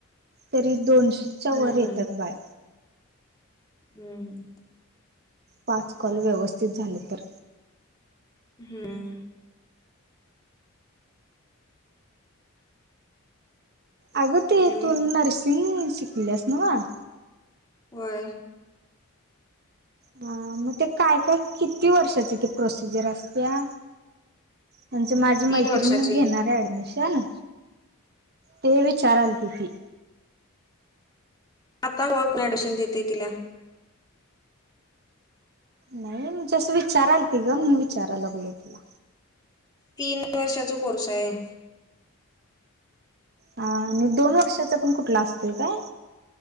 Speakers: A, on the right; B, on the left.
A: तरी दोनशेच्या
B: हम्म
A: वर येतात
B: हम्म
A: बाळा.
B: हम्म
A: पाच कॉल व्यवस्थित झाले तर.
B: हम्म
A: अग ते
B: आणि
A: तू नर्सिंग शिकल्यास नव्ह.
B: व्हय
A: हा, मग ते काय काय किती वर्षाचे ते प्रोसिजर असत्या. म्हणजे माझी मैत्रिण
B: तीन वर्षाची
A: एक घेणार आहे ऍडमिशन. ते विचाराल की ती.
B: आता वर्क ऍडमिशन देते तिला.
A: नाही म्हणजे अस विचारालती ती ग. म्हणु विचाराय लागलो तुला.
B: तीन वर्षाचा कोर्स आहे.
A: हा आणि, दोन वर्षाचा पण कुठला असतोय काय?